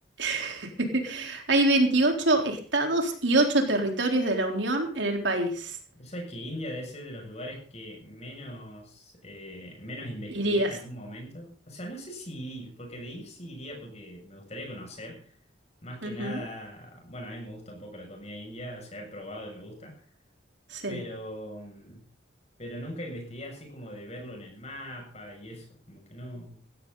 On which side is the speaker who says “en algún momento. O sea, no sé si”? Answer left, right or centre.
Left